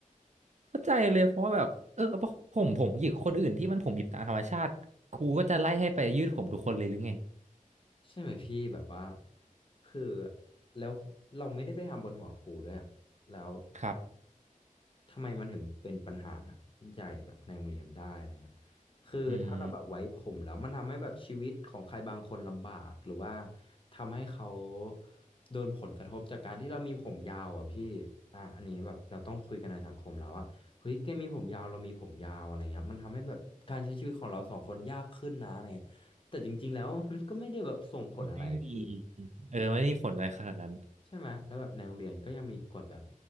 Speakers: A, on the right; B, on the left.
A: เข้าใจเลยเพราะว่าแบบเออผมผมหยิกคนอื่นที่มันผมหยิบตามธรรมชาติครูก็จะไล่ให้ไปยืดผมทุกคนเลยหรือไง
B: ใช่ไหมพี่แบบว่าคือแล้วเราไม่ได้ไปทำบนหัวครูด้วยอะแล้ว
A: ครับ
B: ทำไมมันถึงเป็นปัญหาใหญ่แบบในโรงเรียนได้อะไรเงี้ยคือถ้าเราแบบไว้ผมแล้วมันทำให้แบบชีวิตของใครบางคนลำบากหรือว่า
A: อืม
B: ทำให้เขาโดนผลกระทบจากการที่เรามีผมยาวอ่ะพี่อ่ะอันนี้แบบเราต้องคุยกันในสังคมแล้วว่าเฮ้ยแกมีผมยาวเรามีผมยาวอะไรเงี้ยมันทำให้แบบการใช้ชีวิตของเราสองคนยากขึ้นนะอะไรเงี้ยแต่จริงๆแล้วมันก็ไม่ได้แบบส่งผลอะไรพี่
A: มันไม่มีเออไม่ได้มีผลอะไรขนาดนั้น
B: ใช่ไหมแล้วแบบในโรงเรียนก็ยังมีกฎแบบ